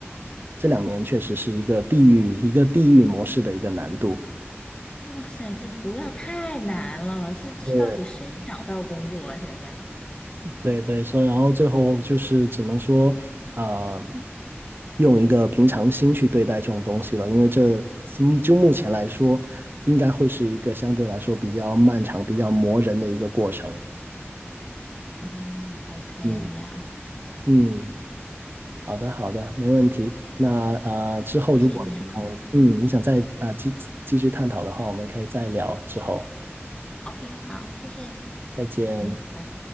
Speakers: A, on the right (about 50°); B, on the left (about 20°).
A: 这两年确实是一个地域一个地域模式的一个难度。
B: 的？哇塞，这不要太难了，是这到底谁找到工作啊？
A: 对
B: 现在？
A: 对对，所以然后最后就是只能说，啊、用一个平常心去对待这种东西了，因为这就就目前来说，应该会是一个相对来说比较漫长、比较磨人的一个过程。
B: 嗯，OK，
A: 嗯
B: 了解，
A: 嗯。好的，好的，没问题。那呃，之后如果你想，
B: 谢谢你哦。
A: 嗯，你想再啊、呃继继续探讨的话，我们可以再聊。之后
B: OK，好，谢谢。
A: 再见。
B: 嗯，拜拜。